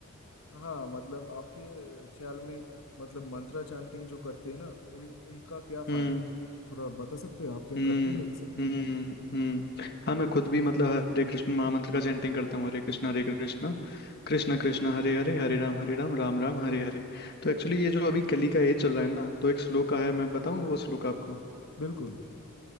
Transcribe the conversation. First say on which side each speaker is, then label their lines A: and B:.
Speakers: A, on the left; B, on the left.
A: हाँ मतलब आपके ख्याल में मतलब मंत्रा चैंटिंग जो करते हैं ना उन उनका क्या
B: हम्म
A: फायदा है थोड़ा बता सकते हैं आप क्या
B: हम्म
A: करते हो सर
B: हम्म हम्म हाँ मैं खुद भी मतलब हरे कृष्ण महामंत्र का चैंटिंग करता हूँ हरे कृष्ण हरे कृष्ण कृष्ण कृष्ण हरे हरे हरे राम हरे राम राम राम हरे हरे तो एक्चुअली ये जो अभी कली का एज चल रहा है ना तो एक श्लोक है मैं बताऊँ वो श्लोक आपको
A: बिल्कुल